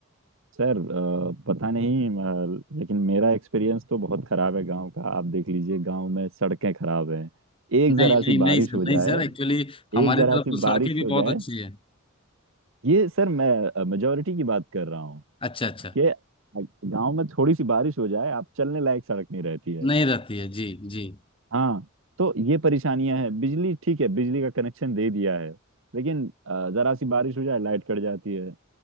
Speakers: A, on the right; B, on the left.
A: सर अ, पता नहीं अ, लेकिन मेरा एक्सपीरियंस तो बहुत खराब है गांव का आप देख लीजिए गांव में सड़कें खराब हैं एक
B: नहीं
A: जरा
B: नहीं
A: सी बारिश
B: नहीं सर
A: हो जाए
B: नहीं सर एक्चुअली हमारे
A: एक जरा
B: तरफ
A: सी
B: तो सड़कें
A: बारिश
B: भी
A: हो
B: बहुत
A: जाए
B: अच्छी है
A: ये सर मैं मेजोरिटी की बात कर रहा हूँ
B: अच्छा अच्छा
A: कि गांव में थोड़ी सी बारिश हो जाए आप चलने लायक सड़क नहीं रहती है
B: नहीं रहती है जी जी
A: हाँ तो ये परेशानियां हैं बिजली ठीक है बिजली का कनेक्शन दे दिया है लेकिन अ, जरा सी बारिश हो जाए लाइट कट जाती है